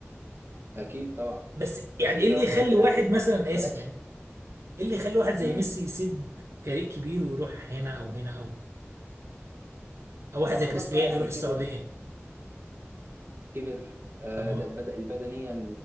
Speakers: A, on the right (about 50°); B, on the right (about 75°).
A: اكيد طبعا
B: بس
A: بس
B: يعني
A: انت
B: ايه اللي
A: مثلا
B: يخلي
A: يعني
B: واحد مثلا
A: ما
B: أنا
A: مالكش
B: اسف يعني ايه اللي يخلي واحد زي
A: امم
B: ميسي يسيب فريق كبير ويروح هنا او هنا او او واحد
A: ما
B: زي
A: خلاص
B: كريستيانو
A: بقى يعني
B: يروح السعوديه
A: كبر كبر آه،
B: طب ما
A: ده
B: هو
A: بد- بدنيا